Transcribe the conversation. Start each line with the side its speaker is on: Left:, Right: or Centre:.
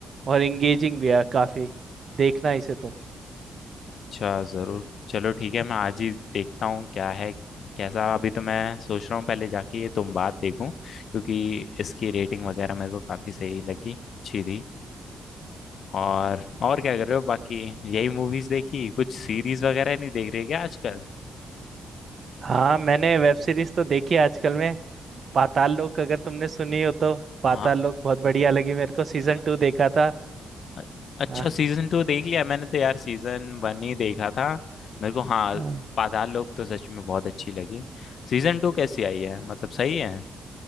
Right: और एंगेजिंग भी है काफी देखना इसे तुम
Left: अच्छा ज़रूर चलो ठीक है मैं आज ही देखता हूँ क्या है कैसा अभी तो मैं सोच रहा हूँ पहले जाके ये तुम बात देखूँ क्योंकि इसकी रेटिंग वगैरह मेरे को काफ़ी सही लगी अच्छी थी और और क्या कर रहे हो बाकी यही मूवीज़ देखी कुछ सीरीज़ वगैरह नहीं देख रहे क्या आजकल
Right: हाँ मैंने वेब सीरीज तो देखी है आजकल में पाताल लोक अगर तुमने सुनी हो तो पाताल
Left: हाँ
Right: लोक बहुत बढ़िया लगी मेरे को सीजन
Left: अ-
Right: टू देखा था
Left: अ- अच्छा
Right: हाँ
Left: सीज़न टू देख लिया मैंने तो यार सीज़न वन ही देखा था मेरे को हाँ
Right: हाँ
Left: पाताल लोक तो सच में बहुत अच्छी लगी सीज़न टू कैसी आई है मतलब सही है